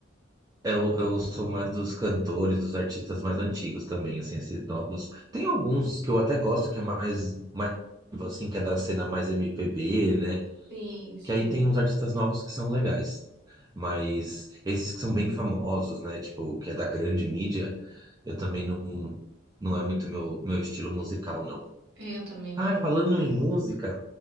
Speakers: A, on the right (about 20°); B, on the right (about 55°).
A: Eu, eu sou mais dos cantores, dos artistas mais antigos também, assim, esses novos. Tem alguns que eu até gosto que é mais, mais assim, que é da cena mais M P B né?
B: Sim, sim.
A: Que aí tem uns artistas novos que são legais. Mas esses que são bem famosos, né? Tipo, que é da grande mídia, eu também não, não é muito meu, meu estilo musical, não.
B: É, Eu também não.
A: Ah, falando em música,